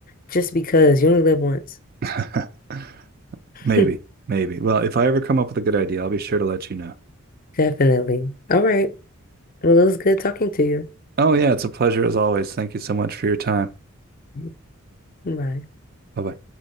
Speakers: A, on the left (about 40°); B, on the right (about 45°).
A: just because you only live once.
B: <laughs> maybe,
A: <laughs>
B: maybe. Well, if I ever come up with a good idea, I'll be sure to let you know.
A: Definitely. All right. Well, it was good talking to
B: Oh yeah, it's a pleasure as always. Thank you so much for your time.
A: you. Bye.
B: Bye bye.